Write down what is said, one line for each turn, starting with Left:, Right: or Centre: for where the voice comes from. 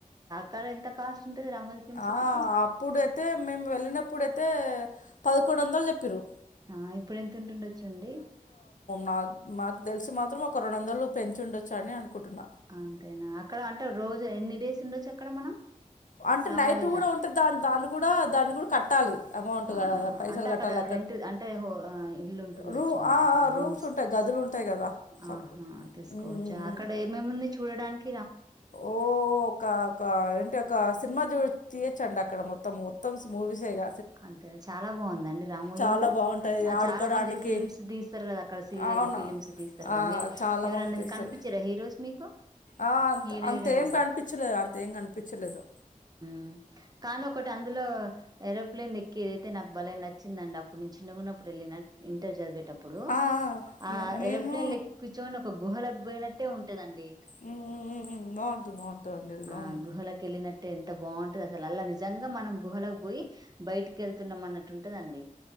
Right: కన్ ఎంత కాస్ట్ ఉంటది రామోజీ ఫిల్మ్ సిటీకి
Left: ఆ అప్పుడైతే మేము వెళ్ళినప్పుడైతే పదకొండు వందలు చెప్పిరు
Right: ఆ ఇప్పుడు ఎంత ఉంటుండొచ్చుండి
Left: నాక్ మాకు తెలిసి మాత్రం ఒక రోండోందల్ పెంచి ఉండొచ్చు అని అనుకుంటున్నా
Right: అంతేనా అక్కడ అంటే రోజు ఎన్ని డేస్ ఉండొచ్చు అక్కడ మనం
Left: అంటే
Right: రామోజీలా
Left: నైట్ కూడా ఉంటే దాన్ దాన్ని కూడా దాన్ని కూడా కట్టాలి అమౌంట్
Right: ఆ
Left: కదా పైసలు
Right: అంటే అక్కడ
Left: కట్టాలి
Right: రెంట్ అంటే ఒ హ ఇల్లు ఉంటుండొచ్చు
Left: రూ
Right: మరి
Left: ఆ, ఆ,
Right: రూమ్సు
Left: రూమ్స్ ఉంటాయి గదులు ఉంటాయి కదా సప్
Right: ఆహా తీసుకోవచ్చు
Left: ఉమ్, ఉమ్,
Right: అక్కడ
Left: ఉమ్.
Right: ఎమేముంది చూడడాన్క్
Left: ఓ క క ఏంటోకాస్ సిన్మా జూచ్ తీయచ్చండి అక్కడ మొత్తం మొత్తం స్ము మూవీస్ ఎ ఇగ
Right: అంతే చాలా బాగుందండి రామోజీ
Left: చాలా
Right: కూడా
Left: బాగుంటాయి ఆడుకోవడానికి
Right: చాలా మంది ఫిల్మ్స్ తీస్తారు కదా అక్కడ సీర్
Left: అవునా
Right: ఇళ్ళు ఫిలిమ్స్ తీస్తారు
Left: ఆ,
Right: కదా మీది
Left: చాలా
Right: ఎవరన్న
Left: మంది తీస్తారు
Right: కనిపించ్చిరా హీరోస్ మీకు
Left: ఆ అంత్
Right: హీరో
Left: అంత
Right: హీరోయిన్స్
Left: ఏం కనిపించ్చలేదు అంత ఏం కనిపించ్చలేదు
Right: మ్ కాన్ ఒకట్ అందులో ఏరోప్లేన్ ఎక్కేదైతే నాక్ బలే నచ్చిందండి అప్పుడు నేను చిన్నగాన్నప్పుడు ఎళ్ళిన ఇంటర్ చదివేటప్ ఇప్పుడు
Left: ఆ
Right: ఆ
Left: మే మేము
Right: ఏరోప్లేన్ లెక్కి కూర్చోని ఒక గుహ లేపోయినట్టే ఉంటుదం డి
Left: ఉమ్ ఉమ్ ఉమ్ బాగుంటుంది బాగుంటుందండి అది
Right: ఆ
Left: అవును
Right: గహలోక్ ఎల్లినట్టే అంత బాగుంటది అసలు అలా నిజంగా మనం గుహలకు పోయి బయటికి వెళ్తున్నాం అన్నట్టుంటదండి